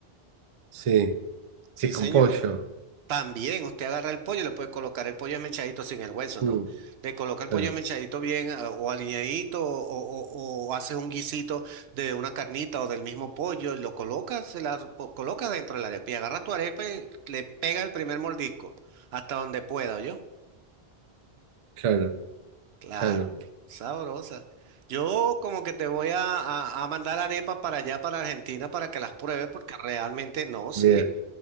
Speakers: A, on the right; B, on the right.
A: Sí,
B: Sí,
A: que es
B: señor.
A: con pollo.
B: También usted agarra el pollo, y le puede colocar el pollo esmechadito sin el hueso,
A: Mm,
B: ¿no? Le coloca el
A: claro,
B: pollo esmechadito bien eh, o aliñadito o, o, o haces un guisito de una carnita o del mismo pollo y lo colocas, se la po- colocas dentro de la arepa y agarras tu arepa y le pegas el primer mordisco hasta donde pueda, yo
A: claro,
B: Claro,
A: claro.
B: sabrosa. Yo como que te voy a, a, a mandar arepas para allá, para Argentina, para que las pruebes porque realmente no, sí.
A: Bien.